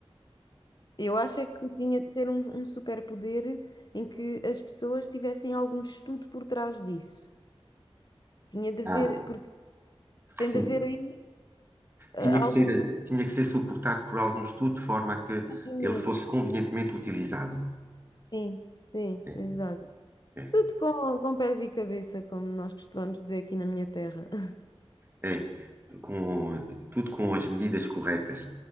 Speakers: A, on the left (about 45°); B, on the right (about 20°).
A: Eu acho é que tinha de ser um, um superpoder em que as pessoas tivessem algum estudo por trás disso. Tinha de
B: Ah,
A: haver, porque tem
B: sim,
A: de haver aí ah,
B: tinha que
A: algum
B: ser, tinha que ser suportado por algum estudo de forma a que
A: movimento.
B: ele fosse convenientemente utilizado.
A: Sim, sim,
B: É,
A: exato.
B: é,
A: Tudo com, com pés e cabeça, como nós costumamos dizer aqui na minha terra. <laughs>
B: é. Com, tudo com as medidas corretas.